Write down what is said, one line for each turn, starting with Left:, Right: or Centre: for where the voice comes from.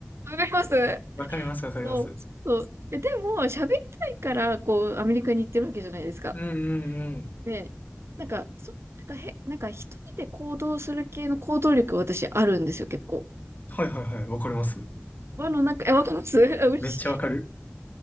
Right: わかります
Left: わかりますわかります。
Right: そう、そう。で、でも、喋りたいから、こう、アメリカに行ってるわけじゃないですか。
Left: うんうんうん。
Right: で、なんか、そう、なんかへ、なんか一人で行動する系の行動力、私あるんですよ、結構。
Left: はいはいはい。わかります。
Right: 輪の中、え、わかります <laughs> 嬉しい。
Left: めっちゃわかる。